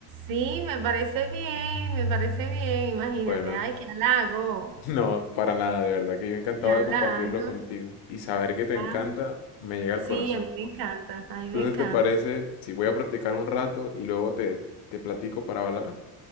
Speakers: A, on the right; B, on the left.
A: sí, me parece bien, me parece bien, imagínate,
B: Bueno,
A: ay, qué halago,
B: <laughs> no, para nada, de verdad, que yo encantado
A: qué halago.
B: de compartirlo contigo. Y saber que te encanta
A: Ah,
B: me llega al
A: sí,
B: corazón.
A: a mí me encanta, a mí
B: Entonces,
A: me encanta.
B: ¿te parece si voy a practicar un rato y luego te, te platico para bailar?